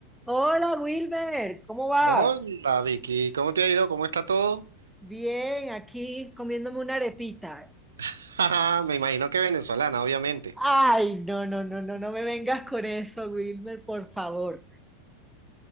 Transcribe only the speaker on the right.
Hola Vicky, ¿cómo te ha ido? ¿Cómo está todo?
<laughs> Ajá, me imagino que venezolana, obviamente.